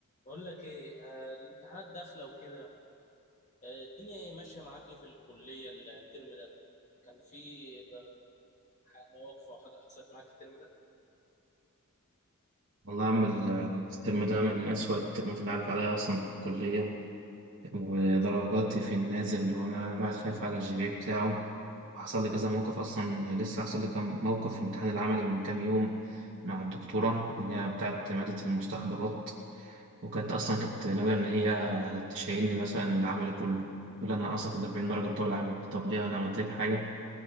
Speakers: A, on the left; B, on the right.
A: بقول لك ايه آه الامتحانات داخله وكده آه الدنيا ايه ماشيه معاك إيه في الكليه الترم ده كان في ده- ح- مواقف او حاجه حصلت معاك الترم ده
B: والله يا عم ال- الترم ده من أسوأ الترمات اللي عدت عليا أصلا في الكلية ودرجاتي في النازل وأنا الواحد خايف على الجي بي إيه بتاعه وحصل لي كذا موقف أصلا لسه حصل لي كم موقف في الامتحان العملي من كام يوم مع الدكتورة اللي هي بتاعت مادة المستحضرات وكانت أصلا كانت ناوية إن هي تشيلني مثلا العملي كله تقول لي أنا أصلا كنت 40 درجة بتوع العملي طب ليه أنا عملت لك حاجة